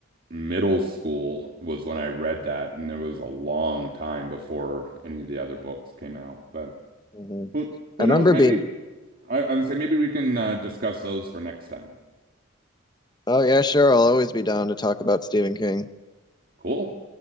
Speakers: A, on the right; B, on the left.
A: middle school was when I read that, and it was a long time before any of the other books came out. But
B: hmm
A: who who
B: I remember
A: knows? Maybe
B: being,
A: I, I'm say maybe we can uh, discuss those for next time.
B: oh yeah, sure, I'll always be down to talk about Stephen King.
A: Cool.